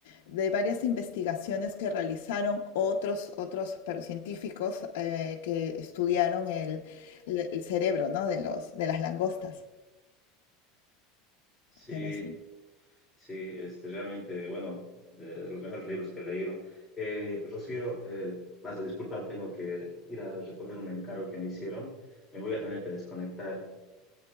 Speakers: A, on the left (about 90°); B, in the centre.
A: de varias investigaciones que realizaron otros, otros científicos eh, que estudiaron el, el cerebro, ¿no? de los, de las langostas.
B: sí,
A: Pero sí.
B: sí, este, realmente, bueno, de, de los mejores libros que he leído. Eh, Rocío, eh, vas a disculpar, tengo que ir a recoger un encargo que me hicieron. Me voy a tener que desconectar.